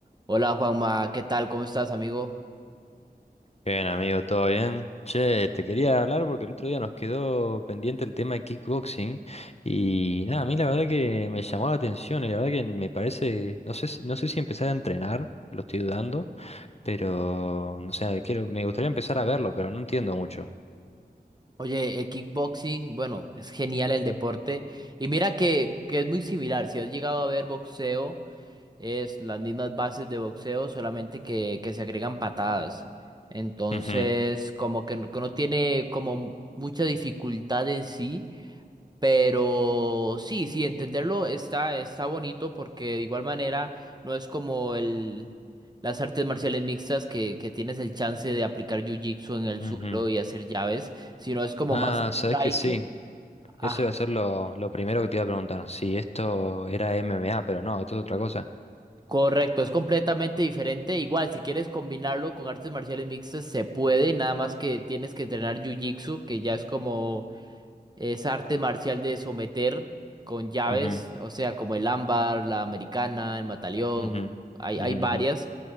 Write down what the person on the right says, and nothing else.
Hola Juanma, ¿qué tal? ¿Cómo estás, amigo?
Oye, el kickboxing, bueno, es genial el deporte. Y mira que, que es muy similar. Si has llegado a ver boxeo, es las mismas bases de boxeo, solamente que, que se agregan patadas. Entonces,
como que no, que no tiene como mucha dificultad en sí. Pero sí, sí, entenderlo está, está bonito porque de igual manera no es como el, las artes marciales mixtas que, que tienes el chance de aplicar jiu-jitsu en el
suelo y hacer llaves, sino es como
más striker.
Ah,
correcto, es completamente diferente. Igual, si quieres combinarlo con artes marciales mixtas, se puede, nada más que tienes que entrenar jiu-jitsu, que ya es como Es arte marcial de someter con llaves,
o sea, como el ámbar, la americana, el mataleón,
hay, hay
varias,